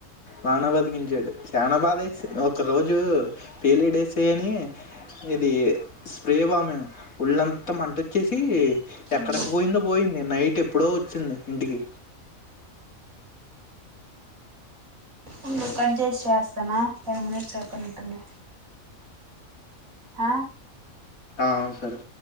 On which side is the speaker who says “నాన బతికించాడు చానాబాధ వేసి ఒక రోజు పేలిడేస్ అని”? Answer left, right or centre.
Left